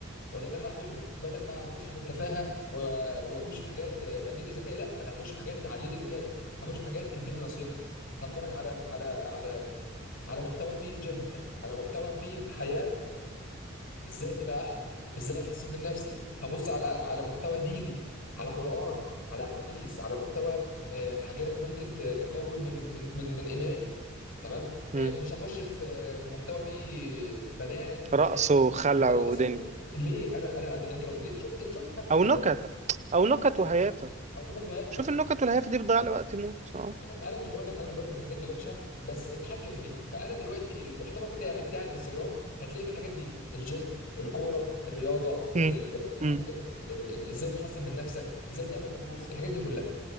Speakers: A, on the left (about 70°); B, on the right (about 35°).
A: هو ده اللي انا بعمله بدل ما هخش في التفاهه و- واخش في حاجات تقلل لي ذكائي لا انا هخش في حاجات تعلي لي ذكائي هخش في حاجات تديني نصيحه هتفرج على على على على محتوى فيه جيم على محتوى فيه حياه ازاي تبقى احسن ازاي احسن من نفسي هبص على على محتوى ديني على قرآن على احاديث على محتوى آه، حاجات ممكن ت- تقوي من من من من ايماني تمام
B: مم.
A: آه، مش هخش في في محتوى فيه بنات و-
B: رقص وخلع
A: ورقص
B: ودني
A: و- ليه انا انا لا، انت لو جيت شفت انت شفت حتى
B: او
A: ال...
B: نكت او
A: او
B: نكت
A: نكت
B: وهيافه
A: او نكت ويافه
B: شوف النكت والهيافه دي بتضيع لي وقت موت اه
A: انا انا مش بقول لك انا مش بقول لك ان الحاجات دي وحشه بس اتحكم فيها فانا دلوقتي المحتوى بتاعي بتاع الانستجرام هتلاقي في الحاجات دي الجيم الكوره الرياضه
B: امم
A: ال- آه،
B: امم
A: ال- ال- ال- ازاي تحسن من نفسك ازاي تعمل فلوس الحاجات دي كلها